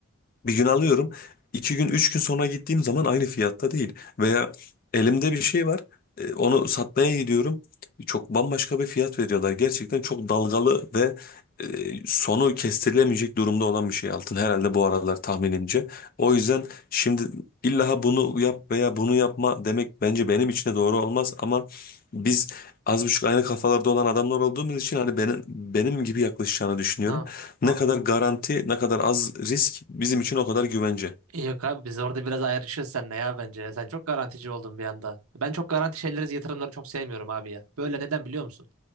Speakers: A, on the left (about 40°); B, on the right (about 80°).
A: Bir gün alıyorum. iki gün, üç gün sonra gittiğim zaman aynı fiyatta değil. Veya elimde bir şey var. e, Onu satmaya gidiyorum. Çok bambaşka bir fiyat veriyorlar. Gerçekten çok dalgalı ve e, sonu kestirilemeyecek durumda olan bir şey altın. Herhalde bu aralar tahminimce. O yüzden şimdi illa bunu yap veya bunu yapma demek bence benim için de doğru olmaz. Ama biz az buçuk aynı kafalarda olan adamlar olduğumuz için hani benim, benim gibi yaklaşacağını düşünüyorum.
B: Ha,
A: Ne
B: ha.
A: kadar garanti, ne kadar az risk bizim için o kadar güvence.
B: Yok abi biz orada biraz ayrışırız seninle ya bence. Sen çok garantici oldun bir anda. Ben çok garanti şeyleri, yatırımları çok sevmiyorum abi ya. Böyle neden biliyor musun?